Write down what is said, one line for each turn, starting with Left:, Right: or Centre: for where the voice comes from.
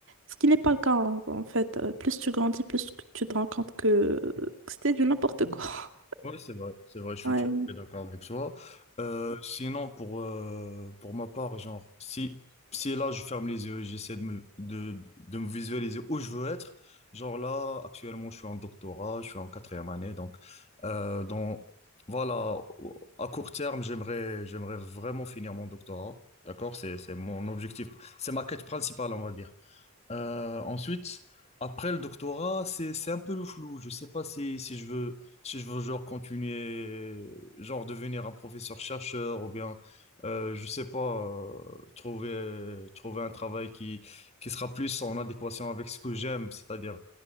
Right: Ce qui n'est pas le cas en, en fait. Euh, Plus tu grandis, plus que tu te rends compte que, euh, que c'était du n'importe quoi. <laughs>
Left: Ouais c'est vrai, c'est vrai, je suis
Right: Ouais.
Left: tout à fait d'accord avec toi. Euh, sinon, pour, euh, pour ma part, genre, si, si là, je ferme les yeux et j'essaie de me, de, de me visualiser où je veux être, genre là, actuellement, je suis en doctorat, je suis en quatrième année, donc, euh, dans, voilà, au- à court terme, j'aimerais, j'aimerais vraiment finir mon doctorat, d'accord? C'est, c'est mon objectif, c'est ma quête principale, on va dire. Euh, ensuite, après le doctorat, c'est, c'est un peu le flou. Je sais pas si, si je veux, si je veux genre continuer, genre devenir un professeur-chercheur ou bien, euh, je sais pas, euh, trouver, trouver un travail qui, qui sera plus en adéquation avec ce que j'aime, c'est-à-dire,